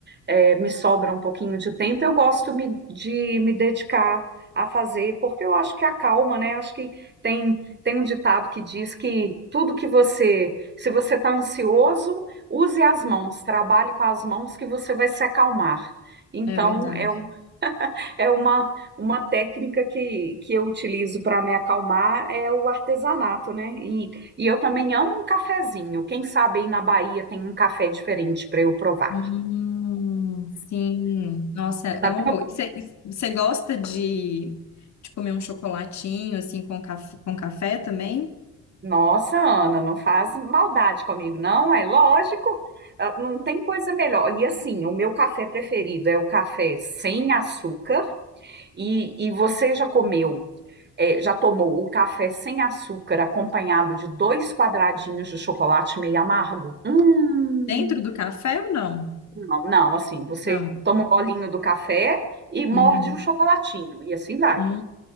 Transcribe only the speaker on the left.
É verdade.
Hum, sim. Nossa, é
uma boa. E Você você gosta de, de comer um chocolatinho, assim, com, caf- com café também?
Dentro do café ou não?
Não.
Uhum.
Hum,